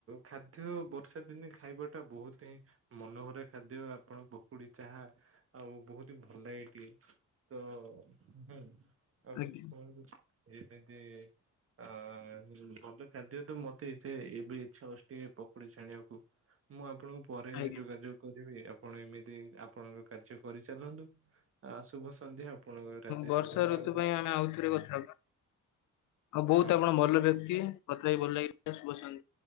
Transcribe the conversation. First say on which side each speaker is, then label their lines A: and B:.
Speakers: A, on the right; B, on the left.
A: ଖାଦ୍ୟ ବର୍ଷା ଦିନେ ଖାଇବା ଟା ବହୁତ୍ ହିଁ ମନୋହରା ଖାଦ୍ୟ ଆପଣ ପକୁଡି ଚାହା ଆଉ ବହୁତ୍ ଭଲ ଲାଗେ ଏଠି। ତ ହ ଆଉ
B: ଆଜ୍ଞା
A: କିଛି କଣ ଏମିତି ଆ ଭଲ ଖାଦ୍ୟ ତ ମତେ ଏତ ଏବେ ଇଚ୍ଛା ହଷ୍ଟଛି ପଖୋଡି ଛାଣିବାକୁ। ମୁଁ ଆପଣଙ୍କୁ ପରେ
B: ଆଜ୍ଞା
A: ଯୋଗାଯୋଗ କରିବି ଆବ୍ ଆପଣ ଏମିତି ଆପଣଙ୍କ କାର୍ଯ୍ୟ କରିଚାଲନ୍ତୁ ଆ ଶୁଭ ସନ୍ଧ୍ୟା। ଆପଣଙ୍କ ରାତି
B: ବର୍ଷା
A: ଶୁଭମୟ
B: ଋତୁ
A: ହଉ।
B: ପାଇଁ ଆମେ ଆଉଥରେ କଥା ହେବା ଆଉ ବହୁତ୍
A: ହଁ।
B: ଆପଣ ଭଲ ବ୍ୟକ୍ତି। କଥା ହେଇକି ଭଲ ଲାଗିଲା ଶୁଭ ସନ୍ଧ୍